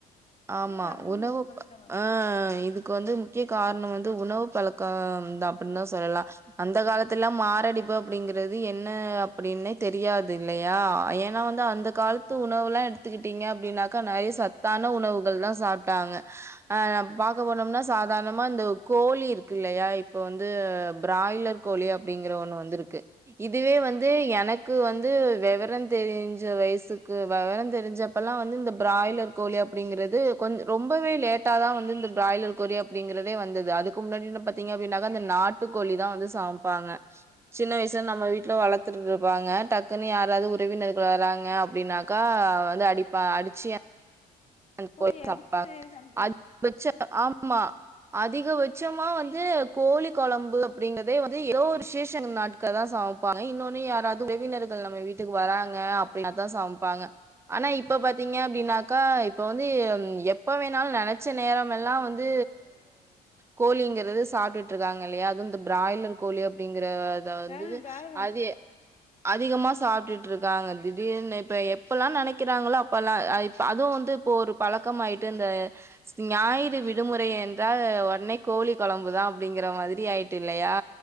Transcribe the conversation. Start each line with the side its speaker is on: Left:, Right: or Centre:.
Left: முக்கிய
Right: ஆமா
Left: காரணமே
Right: உணவு
Left: கலப்படங்கள்
Right: அ இதுக்கு வந்து முக்கிய காரணம் வந் து உணவு பழக்கம் தான் அப்டின்னு தா சொல்லலாம் அந்த காலத்துலா மாரடைப்பு அப்டிங்கிறது என்ன னு அப்படின்னே தெரியாது இல்லையா ஏன்னா வந்து அந்த காலத்து உணவுலா எடுத்துக்கிட்டீங்க அப்டின்னாக்கா நெறையா சத்தான உண ணவுகள் தா சாப்டாங்க் அ பார்க்க போனோம்னா சாதாரணமா இந்த கோழி இருக்கு இல்லையா இப்ப வந்து பிராய்லர் கோழி அப்படிங்கிற ஒண்ணு வந்து இருக்கு இதுவே வந்து எனக் க்கு வந்து வெவரம் தெரிஞ்ச வயசுக்கு விவரம் தெரிஞ்சப்பல்லா வந்து இந்த பிராய்லர் கோழிய அப்படிங்கிறது கொஞ் ரொம்பவே லேட்டா தான் வந்து இந்த பிராய்லர் கோழி அப்படிங்கிறதே வந்தது அதுக்கு முன்னாடி எல்லா பாத்தீங்க அப்படின்னாக்க அந்த நாட்டுக்கோழி தா வந்து சமைப்பாங்க சின்ன வய்ஸ்ல நம்ம வீட்ல
Left: ஆமா
Right: வளர்த்துட்ருப்பாங்க டக்குன்னு யாராவது உறவினர் வராங்க அப்டினாக்கா அவ வந்து அடிப்பா அடிச்சசிய அது
Left: கோழிய
Right: போய் சாப்டுவாங்க
Left: அடிச்சு சமைச்சு
Right: அது வச்சு ஆம்மா அதிகபட்சமா வந்து கோழி கொழம்பு அப்டிங்கதே வந்து ஏதோ ஒரு விஷேச நாட்கள்லதா சா சமப்பாங்க இன்னோனு யாராது உறவினர்கள் நம்ம வீட்டுக்கு வராங்க அப்டினாதா சமப்பாங்க ஆனா இப்ப பாத்தீங்க அப்டினாக்கா இப் இப்ப வந்து எப்ப வேணாலு நெனச்ச நேரமெல்லா வந்து கோழிங்கிறது சாப் சாப்ட்டுட்ருக்காங்க இல்லையா அதுவு இந்த பிராய்லர் கோழி அப்டிங்கிற இத வந்து
Left: பிராய்லர் பிராய்லர்
Right: அதி அதிகமா சாப்டுட்ருக்காங்க திடீர்னு இப்ப எப்பலா நெனைக்கிறாங்ளோ அப்பலா அ இப் அதுவு வந்து இப்போ ஒரு பழக்கமாயிட்டு இந்த ஞாயிறு விடுமுறை என்றால் ஒட்னே கோழி கொழம்புதா அப்டிங்கிற மாதிரி ஆயிட்டு இல்லையா